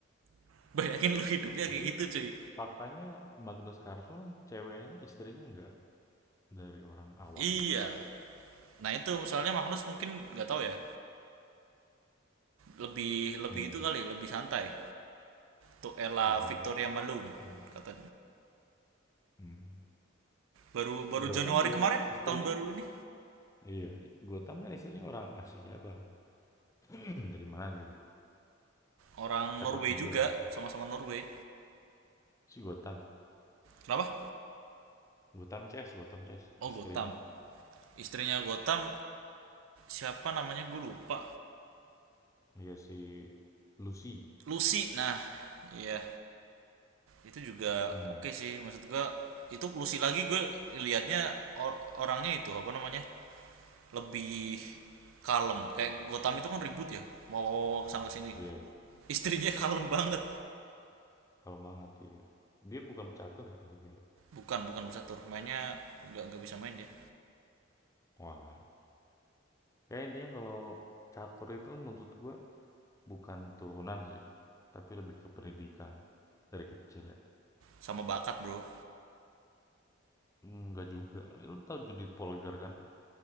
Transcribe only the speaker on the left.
Tapi
faktanya Magnus Carlsen ceweknya, istrinya enggak dari orang awam.
Mhm,
lebih santai
ya.
Mhm,
mhm.
Si Gotham
juga
kan istrinya
iya, Gotham kan istrinya orang Asia apa <clears throat> dari mana gitu.
Pecatur
juga
kalau nggak salah.
Si Gotham,
Gotham Chess, Gotham Chess
istrinya.
Iya si Lucy.
Mhm,
iya.
Kalau banget, iya. Dia bukan pecatur ya tapi ya?
Oalah. Ya intinya kalau catur itu menurut gue bukan turunan sih, tapi lebih ke pendidikan dari kecil ya.
Enggak juga. Lu tahu Judith Polgar kan?